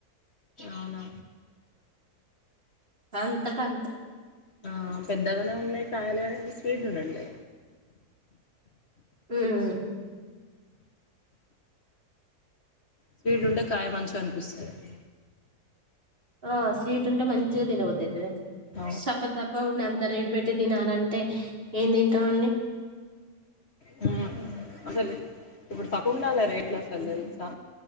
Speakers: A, on the left; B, on the right.
A: అవునా
B: అంతటా అంతే
A: ఆ పెద్దగాన ఉన్నాయి కయలగానే స్వీట్ ఉండట్లే
B: ఉమ్
A: స్వీడ్ ఉండే కాయమంచు అనిపిస్తుంది
B: ఆ స్వీట్ ఉంటే మంచిగా తినబదు అవుతుంది
A: అవు
B: చప్ప తప్ప ఉండి అంతా రేటు పెట్టి తినాలంటే ఏ <unintelligible>
A: హు అసలి ఇప్పుడు సకుగుం నాల రే ఇలా సందల్సా
B: ఉమ్